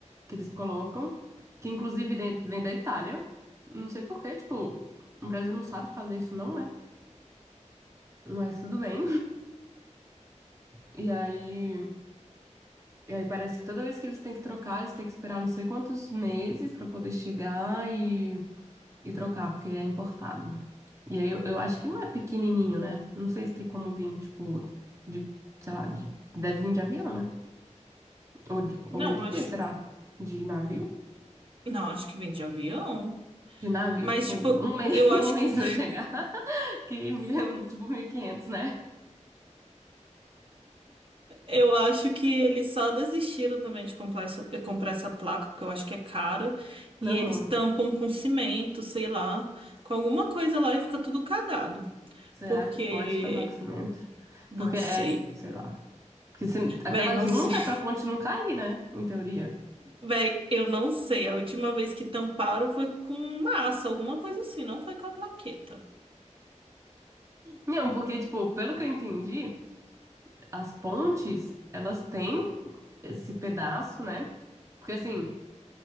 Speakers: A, on the right (about 25°); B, on the right (about 45°).
A: Que eles colocam, que inclusive de- vem da Itália. Não sei por quê, tipo, o Brasil não sabe fazer isso, não, né? Mas tudo bem. E aí, e aí parece que toda vez que eles têm que trocar, eles têm que esperar não sei quantos meses pra poder chegar e, e trocar, porque é importado. E aí eu, eu acho que não é pequenininho, né? Não sei se tem como vir, tipo, de, sei lá, de, deve vir de avião, né? Ou, de,
B: Não,
A: ou vem de
B: acho.
A: quê, será? De navio?
B: Não, acho que vem de avião.
A: De navio,
B: Mas,
A: tipo,
B: tipo,
A: um mês,
B: eu acho
A: <laughs> um mês
B: que.
A: vai chegar, que mil- tipo mil e quinhentos né?
B: Eu acho que eles só desistiram também de comprar essa, comprar essa placa, porque eu acho que é cara. E
A: Não,
B: eles tampam com cimento, sei lá, com alguma coisa lá e fica tudo cagado.
A: será
B: Porque.
A: que pode tampar com cimento?
B: Não
A: Porque
B: sei.
A: é, tipo, sei lá. Porque se- aquela
B: Véi, não
A: junta
B: sei. <laughs>
A: é pra ponte não cair, né? Em teoria.
B: Véi, eu não sei. A última vez que tamparam foi com massa, alguma coisa assim, não foi com a plaqueta.
A: Não, porque, tipo, pelo que eu entendi, as pontes, elas têm esse pedaço, né? Porque assim.